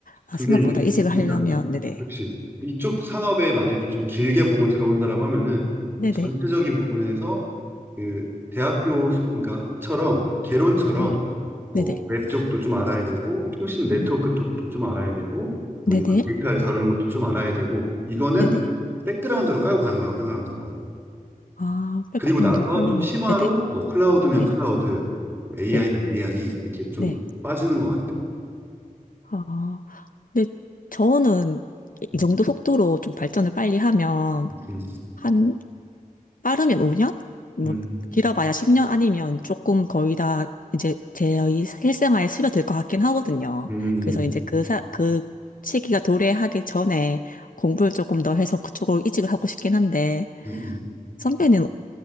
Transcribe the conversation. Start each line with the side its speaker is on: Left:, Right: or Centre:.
Left: 아,
Right: 근데
Left: 생각보다
Right: 이제,
Left: 이직을
Right: 그러니까,
Left: 하려면 네네.
Right: 그치. 이쪽 산업에 만약에 좀 길게 보고 들어온다라고 하면은
Left: 네네.
Right: 전체적인 부분에서 그 대학교, 수- 그러니까, 처럼, 개론처럼
Left: 네.
Right: 뭐,
Left: 네네.
Right: 웹 쪽도 좀 알아야 되고, 통신 네트워크
Left: 어,
Right: 쪽도 좀 알아야 되고, 뭐,
Left: 네네.
Right: 이 데이터를 다루는 것도 좀 알아야 되고, 이거는
Left: 네네.
Right: 백그라운드로 깔고 가는 거라고 생각하면 될 거야.
Left: 아, 백그라운드를
Right: 그리고 나서
Left: 깔고
Right: 좀
Left: 간다.
Right: 심화로
Left: 네네.
Right: 뭐, 클라우드면
Left: 네.
Right: 클라우드, AI면
Left: 네.
Right: AI, 이렇게 좀
Left: 네.
Right: 빠지는 것 같아.
Left: 아, 근데 저는
Right: 음,
Left: 이 정도 속도로 좀 발전을 빨리 하면
Right: 음,
Left: 한 빠르면 5년? 뭐
Right: 음.
Left: 길어봐야 10년 아니면 조금 거의 다 이제 제 실생활에 스며들 것 같긴 하거든요.
Right: 음,
Left: 그래서 이제 그 사, 그 시기가 도래하기 전에 공부를 조금 더 해서 그쪽으로 이직을 하고 싶긴 한데
Right: 음, 음.
Left: 선배는